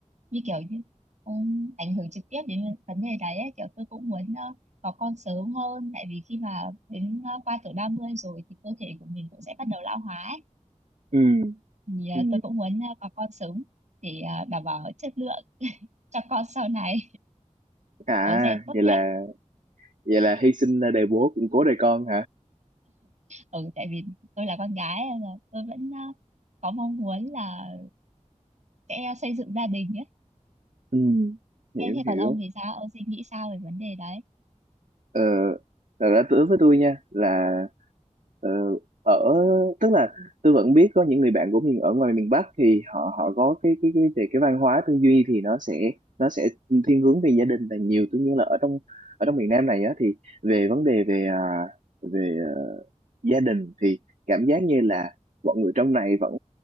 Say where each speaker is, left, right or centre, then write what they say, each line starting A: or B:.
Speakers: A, on the right (about 65°); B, on the right (about 80°).
A: như kiểu như ừm, ảnh hưởng trực tiếp đến vấn đề đấy ấy. Kiểu tôi cũng muốn ờ, có con sớm hơn tại vì khi mà đến ờ, qua tuổi 30 rồi thì cơ thể của mình cũng sẽ bắt đầu lão hóa ấy.
B: Ừ.
A: Thì ờ,
B: Ừ.
A: tôi cũng muốn ờ, có con sớm để ờ, đảm bảo chất lượng cho con sau này
B: À,
A: có gen tốt
B: vậy là
A: nhất
B: vậy là hy sinh đời bố củng cố đời con
A: ừ tại vì tôi là con gái nên là tôi vẫn ờ, có mong muốn là sẽ xây dựng gia đình ấy
B: Ừ, hiểu
A: thế, thế còn
B: hiểu
A: ông thì sao ông suy nghĩ sao về vấn đề đấy
B: ờ, thật ra đối với tôi nha là ờ, ở tức là tôi vẫn biết có những người bạn của mình ở ngoài miền Bắc thì họ họ có cái cái cái về cái văn hóa tư duy thì nó sẽ nó sẽ thiên hướng về gia đình là nhiều tuy nhiên là ở trong ở trong miền Nam này á thì về vấn đề về à, về gia đình thì cảm giác như là mọi người trong này vẫn